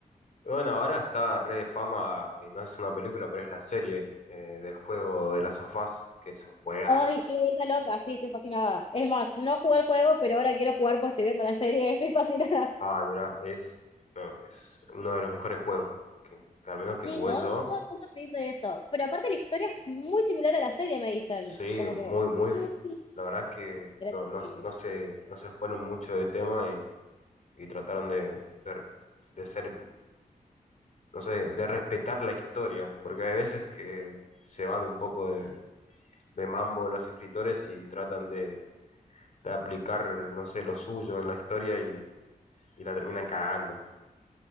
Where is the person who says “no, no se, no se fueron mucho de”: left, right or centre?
Left